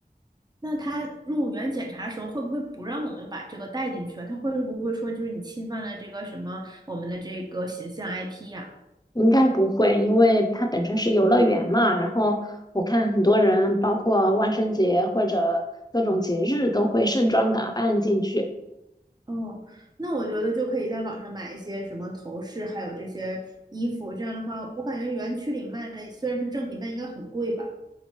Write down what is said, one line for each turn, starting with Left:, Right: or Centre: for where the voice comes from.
Right: 那他入园检查时候会不会不让我们把这个带进去啊？他会不会说就是你侵犯了这个什么我们的这个形象 IP 呀、
Left: 应该不会，因为它本身是游乐园嘛。然后我看很多人，包括万圣节或者各种节日，都会盛装打扮进去。
Right: 哦，那我觉得就可以在网上买一些什么头饰，还有这些衣服。这样的话，我感觉园区里卖的虽然是正品，但应该很贵吧？